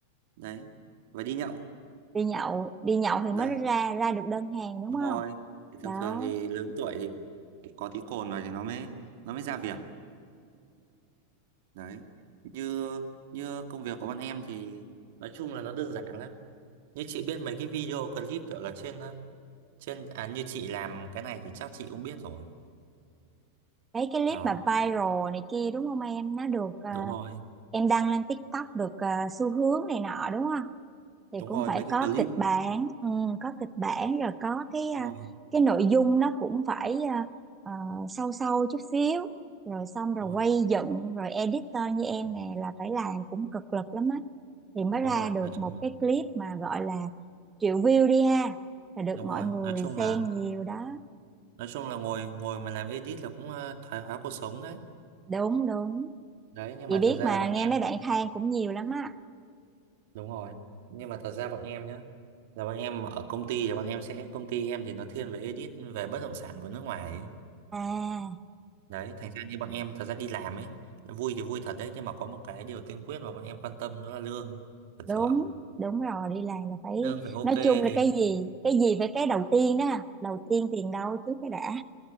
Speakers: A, on the right; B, on the right.
A: đấy và đi nhậu
B: đi nhậu đi nhậu thì
A: đấy
B: mới ra ra được đơn hàng đúng
A: đúng
B: không
A: rồi thì
B: đó
A: thường thường thì lớn tuổi thì có tí cồn vào thì nó mới nó mới ra việc đấy như như công việc của bọn em thì nói chung là nó đơn giản lắm như chị biết mấy cái video clip kiểu là trên ờ, trên à như chị làm cái này thì chắc chị cũng biết rồi
B: mấy cái clip
A: đó
B: mà viral này kia đúng không em nó được ờ,
A: đúng rồi
B: em đăng lên TikTok được ờ, xu hướng này nọ đúng không thì
A: đúng
B: cũng
A: rồi
B: phải
A: mấy cái
B: có
A: clip
B: kịch bản ừ, có kịch bản rồi có cái à,
A: đúng rồi
B: cái nội dung nó cũng phải à, ờ, sâu sâu chút xíu rồi xong rồi
A: đúng rồi
B: quay dựng rồi editor như em
A: Ừ,
B: nè là phải làm cũng cực lực lắm á thì mới
A: đúng
B: ra
A: rồi
B: được
A: nói chung
B: một
A: là
B: cái clip mà gọi là triệu view đi ha là được
A: đúng
B: mọi
A: rồi
B: người
A: nói chung
B: xem
A: là
B: nhiều đó
A: nói chung là ngồi ngồi mà làm edit là cũng ờ, thoái hóa cuộc sống đấy
B: đúng đúng
A: đấy nhưng
B: chị
A: mà
B: biết
A: thật ra
B: mà
A: là bọn
B: nghe
A: em
B: mấy bạn than cũng nhiều lắm á
A: đúng rồi nhưng mà thật ra bọn em nhá là bọn em ở công ty thì bọn em sẽ công ty em thì nó thiên về edit về bất động sản của nước ngoài ấy.
B: à
A: đấy thành ra như bọn em thật ra đi làm ấy vui thì vui thật đấy nhưng mà có một cái điều tiên quyết mà bọn em quan tâm đó là lương và
B: đúng
A: thưởng
B: đúng rồi đi làm là phải
A: lương phải ok
B: nói chung là
A: thì
B: cái gì cái gì phải cái đầu tiên đó à. đầu tiên tiền đâu trước cái đã